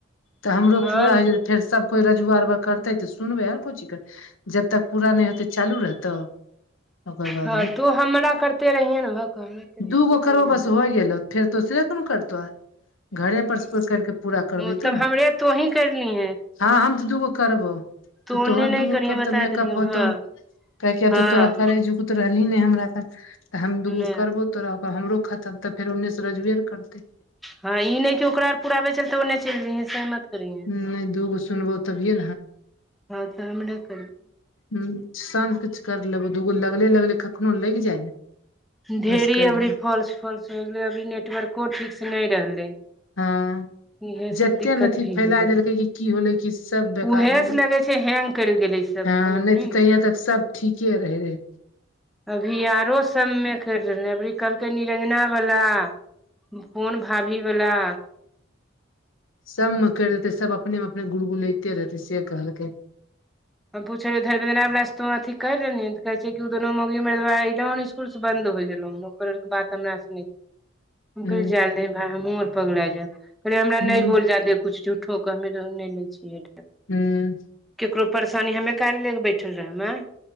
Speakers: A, on the left; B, in the centre.
A: त हमरो
B: हँ
A: पूरा होइ जेतै फेर सब कोइ रजुवा अरुवा करतै तऽ सुनबै आर कोइ चीज क। जब तक पूरा नै होतै चालू रहतौ? ओकर बाद
B: हॅं तू हमरा करते रहिये ने केने
A: दू
B: जेबो
A: गो करबौ
B: ने
A: बस होइ गेलौ फेर तोसरे कोनो करतौ आ घरे पर से कोइ करिके पूरा करबै
B: ओ
A: तो
B: तब
A: ने
B: हमरे तोही करलिहे
A: हाँ हम तऽ दू गो करबौ।
B: तू
A: त
B: ओन्ने
A: तोहर
B: नहि
A: दूगो
B: करिहे
A: कब
B: बता
A: तक मेकअप
B: देलियौ
A: होतौ
B: हँ
A: काहेकि अब
B: हँ
A: तऽ तोरा करै जुगूत तो रहलिहिन नै हमरा त हम दू
B: नहि
A: गो करबौ तोरा त हमरो खतम तऽ फेर ओन्ने स रजुवे अर करतै।
B: हॅं ई नै कि ओकरा आर पुराबै चलते ओने चलि जइहें से मत करिहें।
A: नहि दूगो सुनबो तभिये
B: हॅं त हमर एक
A: हुं साँझ किछु कर लेबौ दू गो लगले- लगले कखनो लागि जाय ने
B: ढे़री
A: बस कर
B: अबरी
A: ले
B: फॉल्स- फॉल्स होइ गेलै अभी नेट टवर्को ठीक स नै रहलै।
A: हॅं।
B: इहे
A: जत्ते
B: सब दिक्कत
A: ने अथि
B: भी
A: फैलाए
B: होइ गेलै
A: देलकै कि की होलै कि सब बेकार
B: उहे
A: होइ गेल।
B: से लगे छै हैंग करि गेलै सब
A: हॅं
B: समझली
A: नै त
B: ने।
A: तहिया तक सब ठीके रहै रहय।
B: अभी आरो सम मे करि रहलै अबरी कहलकै निरंजना बला पोन भाभी बला।
A: सम म करि देतै सब अपने मे अपने गुलगुलैते रहतै से कहलकै।
B: हम पूछय धर अपना स तो अथी कैर रहली हन कहै छियै कि उ दुनू मौगी मेहरबा अइलौ हन स्कुल से बन्द होइ गेलौ हन ओकर अर के बात तमरा स नीक हम
A: ह
B: कहयै जाय दे भाय हमहूँ अर पगलेए जायब कहलियै हमरा
A: ह
B: नै बोल जादे कुछ झुठ ठोकऽ हम मेडल नै लै छियै
A: हुँ।
B: केकरो परेशानी हम यर काहे लऽ ले क बैठल रहब आंय।